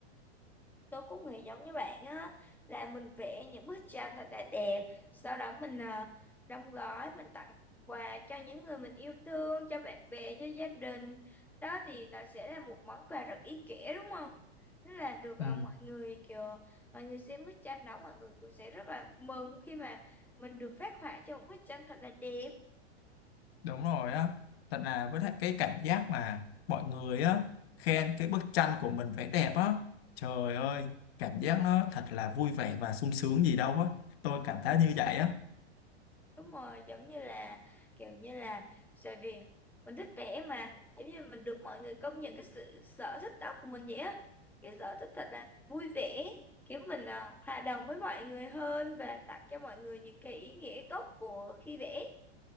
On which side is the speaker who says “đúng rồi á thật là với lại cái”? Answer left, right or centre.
Left